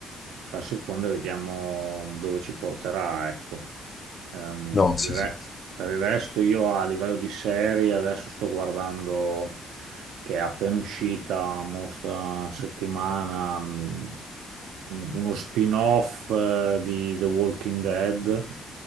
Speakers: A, on the right; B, on the left.
A: la seconda vediamo dove ci porterà, ecco. Ehm,
B: No,
A: per
B: sì,
A: il re-
B: sì.
A: per il resto io a livello di serie adesso sto guardando che è appena uscita, mo sta settimana, mh, uno spin-off eh, di The Walking Dead